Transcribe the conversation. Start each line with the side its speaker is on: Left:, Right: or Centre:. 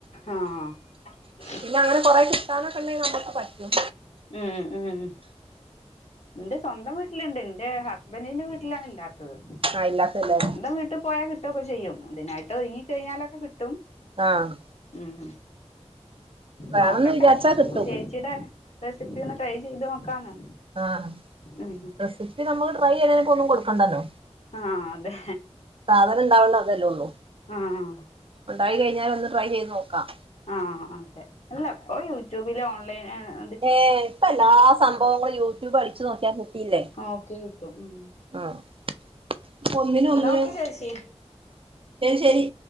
Left: ആഹ് <inaudible>
Right: പിന്നെ അങ്ങനെ കുറെേ കിട്ടാനൊക്കെ ഉണ്ടെങ്കി നമുക്ക് പറ്റും
Left: ഉം ഉം ഇന്റെ സ്വന്തം വീട്ടിലുണ്ട് ഉന്റെ ഹസ്ബന്റിന്റെ വീട്ടിലാണ് ഇല്ലാത്തത്
Right: ആഹ് ഇല്ലാത്തല്ലേ
Left: സ്വന്തം വീട്ടിൽ പോയാൽ കിട്ടു ഒക്കെ ചെയ്യും അതിനായിട്ട് ഒരുങ്ങി കഴിഞ്ഞാലൊക്കെ കിട്ടും
Right: ആഹ്
Left: ഉം
Right: വേണംന്ന്
Left: നോക്കട്ടെ
Right: വിചാരിച്ചാ കിട്ടും
Left: ചേ ച്ചിടെ റെസിപ്പി ഒന്ന് ട്രൈ ചെയ്ത് നോക്കാന്ന്
Right: ആഹ്
Left: ഉം
Right: റെസിപ്പി നമ്മുക്ക് ട്രൈ ചെയ്യുന്നതിനെ കൊണ്ട് ഒന്നും കൊടുക്കണ്ടല്ലോ
Left: ആഹ് അതെ
Right: സാധനം ഇണ്ടാവണ്ട അതെല്ലേ ഉള്ളു
Left: ആഹ്
Right: ഉണ്ടായി കഴിഞ്ഞാൽ ഒന്ന് ട്രൈ ചെയ്ത് നോക്കാം
Left: ആഹ് ആഹ് അതെ അല്ല ഇപ്പൊ യൂട്യൂബില് ഓൺലൈന്
Right: ഏഹ് ഇപ്പ എല്ലാ സംഭവങ്ങളും യൂട്യൂബ് അടിച്ചു നോക്കിയാല് കിട്ടിയില്ലേ
Left: നോക്കി കിട്ടും ഉം
Right: ആഹ് ഇപ്പൊ ഒന്നിനു ഒന്നിനു
Left: ന്നാ ഓക്കെ ചേച്ചി
Right: ശരി ശരി